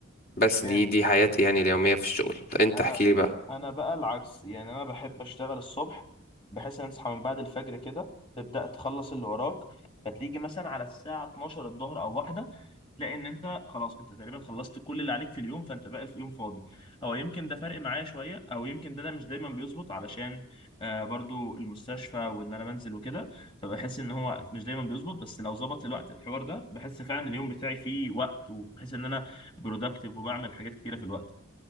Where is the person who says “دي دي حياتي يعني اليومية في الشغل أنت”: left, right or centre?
Left